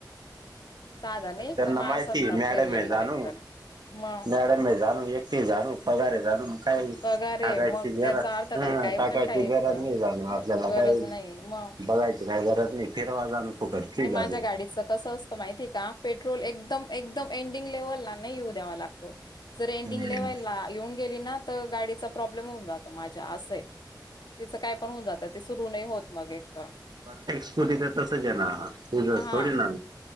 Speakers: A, on the left (about 65°); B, on the right (about 65°).
A: साधा नाही
B: त्यांना
A: तर
B: माहिती
A: मा संताप
B: न्याडमे
A: पेरलेला
B: जाणू
A: एक तर मग
B: न्याडमे जाणू एक. जा पगारे जाण काही सकायची
A: पगार आहे मग
B: जर
A: त्याचा अर्थ
B: ह
A: काय काही
B: सकायची
A: पण काय
B: घरात
A: ऐकत
B: नाही. जाण आपल्याला
A: गरज
B: काही
A: नाही मग
B: बघायची काय गरज नाही. फिरवाजाण फुकड ठीक आहे.
A: <unintelligible> माहिती आहे का पेट्रोल एकदम एकदम एंडिंग लेवलला नाही येऊ द्यावा लागतो. जर एंडिंग
B: हम्म
A: लेवायला येऊन गेली ना तर गाडीचा प्रॉब्लेम होऊन जातो माझ्या असं. तिचं काय पण होऊन जात. ते सुरु नाही होत मग एक तर
B: परफेक्ट स्कूटीच तसंच आहे ना तूझ
A: हा
B: थोडी ना.